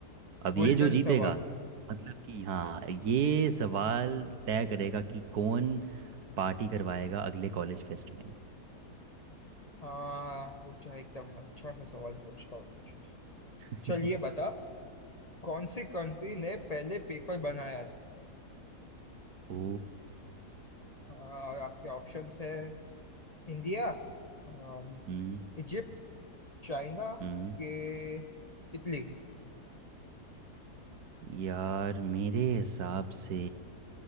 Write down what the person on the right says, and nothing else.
अब
ये जो जीतेगा
मतलब कि हाँ ये सवाल तय करेगा कि कौन पार्टी करवाएगा अगले कॉलेज फेस्ट में
<laughs>
ओ
हम्म
हम्म
यार मेरे हिसाब से